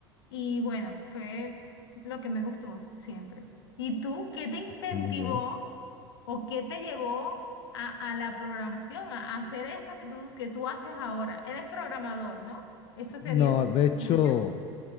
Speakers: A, on the left; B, on the left.
A: Y bueno, fue lo que me gustó siempre. ¿Y tú qué te incentivó
B: Muy bien.
A: o qué te llevó a, a la programación, a, a hacer eso que tú, que tú haces ahora? Eres programador, ¿no? ¿Esa sería
B: No,
A: tu
B: de hecho,
A: profesión?